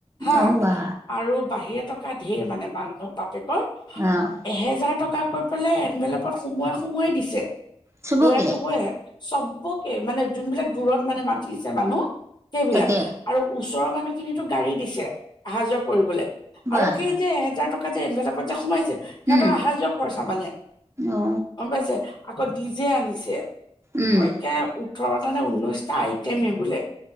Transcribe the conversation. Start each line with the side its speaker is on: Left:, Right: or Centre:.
Left: হা
Right: অ বা
Left: আৰু বাহিৰা টকা ধেৰ মানে মানুহটো বাপেকৰ
Right: অ'।
Left: এহেজাৰ টকা কৈ পেলাই এনভেলাপত সোমোৱাই, সোমোৱাই দিছে,
Right: চবকে
Left: হয়েতো হয়ে। চবকে মানে যোনবিলাক দূৰত মানে মাতিছে মানুহ সেইবিলাক।
Right: তাকে
Left: আৰু ওচৰৰ মানুহখিনিতো গাড়ী দিছে, আহা যোৱা কৰিবলে।
Right: বাহ
Left: আৰু সেই যে এহেজাৰ টকা যে এনভেলাপত যে সোমাইছে সিহঁতৰ
Right: উম
Left: আহা যোৱা খৰচা মানে,
Right: অ
Left: গম পাইছে আকৌ ডিজে আনিছে।
Right: উম
Left: কে ওঠৰটা নে ঊনৈশটা আইটেমেই বোলে।